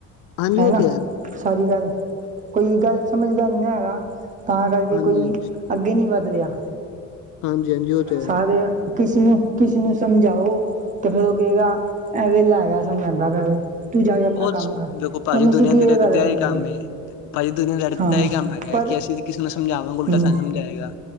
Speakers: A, on the left (about 70°); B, on the right (about 25°).
A: ਹਾਂਜੀ
B: ਹੈ
A: ਉਹ
B: ਨਾਸਾਰੀ
A: ਤੇ
B: ਗੱਲ ਕੋਈ ਗੱਲ ਸਮਝਦਾ ਨਹੀਂ ਨਾ ਹੈਗਾ। ਤਾਂ ਕਰਕੇ
A: ਹਾਂਜੀ
B: ਕੋਈ ਅੱਗੇ ਨਹੀਂ ਵੱਧ ਰਿਹਾ।
A: ਹਾਂਜੀ ਹਾਂਜੀ ਉਹ ਤੇ ਹੈ
B: ਸਾਰੇ ਕਿਸੇ ਨੂੰ-ਕਿਸੇ ਨੂੰ ਸਮਝਾਓ। ਤੇ ਫੇਰ ਉਹ ਕਿਹਗਾ। ਐਵੇਂ ਲੈ ਗਿਆ ਸਮਝਦਾ ਪਿਆ ਵੇ। ਤੂੰ ਜਾ ਕੇ ਆਪਣਾ
A: ਉਹ
B: ਕੰਮ ਕਰ
A: ਦੇਖੋ ਭਾਜੀ।
B: ਉਹਨੇ ਸਿੱਧੀ
A: ਦੁਨੀਆਂ ਦਾਰੀ
B: ਇਹ ਗੱਲ
A: ਦੀ ਤੇ
B: ਕਰਨੀ
A: ਇਹੀ ਕੰਮ
B: ਹੈ
A: ਏ। ਭਾਜੀ ਦੁਨੀਆਂ ਦਾਰੀ ਦੇਤਾਂ
B: ਹਾਂ
A: ਇਹ ਕੰਮ ਹੈਗਾ
B: ਪਰ
A: ਕਿ ਅਸੀਂ ਕਿਸੇ ਨੂੰ ਸਮਝਾਵਾਂ ਗੇ ਉਲਟਾ
B: ਹਮ,
A: ਸਾਨੂੰ ਸਮਝਾਏਗਾ।